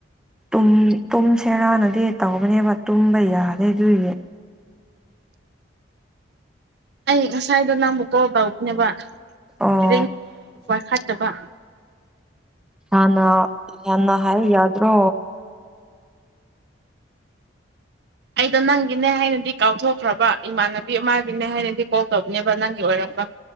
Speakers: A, in the centre; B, on the right (about 55°).
A: ꯇꯨꯝ ꯇꯨꯝꯁꯦꯔꯥꯅꯗꯤ ꯇꯧꯕꯅꯦꯕ ꯇꯨꯝꯕ ꯌꯥꯗꯦ ꯑꯗꯨꯏꯅꯤ
B: ꯑꯩ ꯉꯁꯥꯏꯗꯣ ꯅꯪꯕꯨ ꯀꯣꯜ ꯇꯧꯕꯅꯦꯕ
A: ꯑꯣ
B: ꯔꯤꯡ ꯄꯥꯏꯈꯠꯇꯕ
A: ꯍꯥꯟꯅꯥ ꯍꯥꯟꯅꯥ ꯍꯥꯏꯌꯨ ꯌꯥꯗ꯭ꯔꯣ
B: ꯑꯩꯗꯣ ꯅꯪꯒꯤꯅꯦ ꯍꯥꯏꯅꯗꯤ ꯀꯥꯎꯊꯣꯛꯈ꯭ꯔꯥꯕ ꯏꯃꯥꯟꯅꯕꯤ ꯑꯃꯥꯒꯤꯅꯦ ꯍꯥꯏꯅꯗꯤ ꯀꯣꯜ ꯇꯧꯕꯅꯦꯕ ꯅꯪꯒꯤ ꯑꯣꯏꯔꯝꯕ